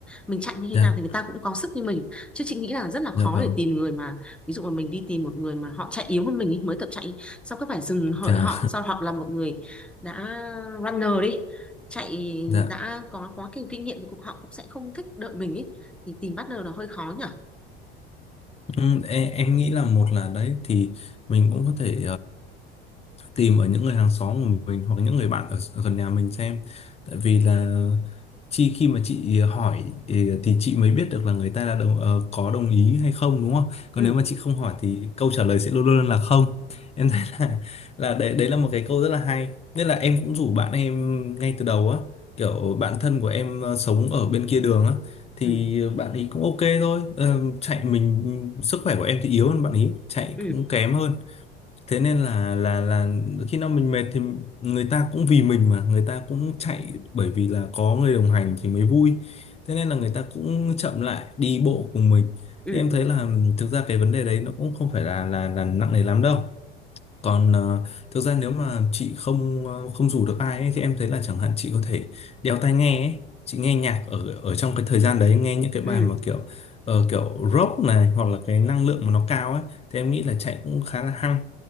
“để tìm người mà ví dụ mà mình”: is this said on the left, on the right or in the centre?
Centre